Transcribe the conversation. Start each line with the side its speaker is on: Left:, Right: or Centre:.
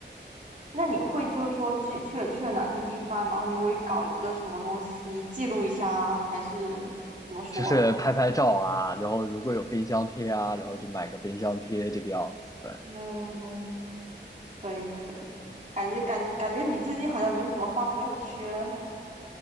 Right: 那你会就是说去去了去了哪些地方，然后你会搞一个什么东西记录一下啊，还是怎么说？
Left: 就是拍拍照啊，然后如果有冰箱贴啊，然后就买个冰箱贴这个样子。对，
Right: 嗯，可以可以，感觉感觉感觉你最近好像没怎么发朋友圈，